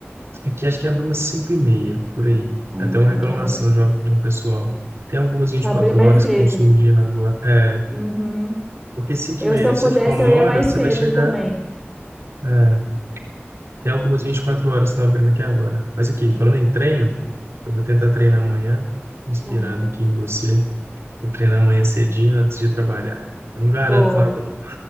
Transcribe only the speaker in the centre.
É,
aqui abre.
Abre mais
cedo.
Uhum.
Eu,
se
eu pudesse,
eu ia
mais
cedo
também.
Vai.
Boa.